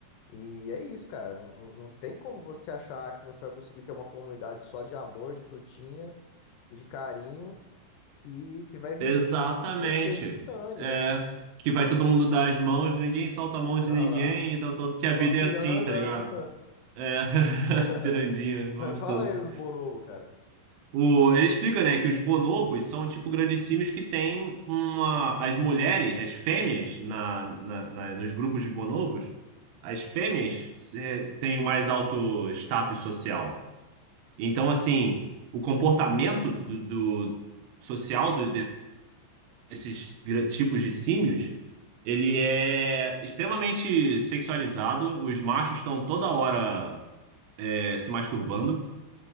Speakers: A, on the left; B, on the right.
A: E é isso, cara. Não, não não tem como você achar que você vai conseguir ter uma comunidade só de amor, de frutinha e de carinho que, que vai vir
B: Exatamente.
A: gente com, com sede de sangue,
B: É.
A: né, cara?
B: Que vai todo mundo dar as mãos, ninguém solta a mão de
A: Olha
B: ninguém,
A: lá.
B: e tal, tal, que
A: Só
B: a vida
A: ciranda.
B: é assim, tá ligado? É.
A: <laughs>
B: <laughs> Cirandinha, vamos
A: Mas Fala
B: todos
A: aí dos bonobo, cara.
B: O, ele explica, né, que os bonobos são tipo grandes símios que têm uma. As mulheres, as fêmeas, na, na, na- nos grupos de bonobos, as fêmeas eh, têm mais alto status social. Então, assim, o comportamento do, do- social do- de- desses gra- tipos de símios, ele é extremamente sexualizado. Os machos estão toda hora eh, se masturbando.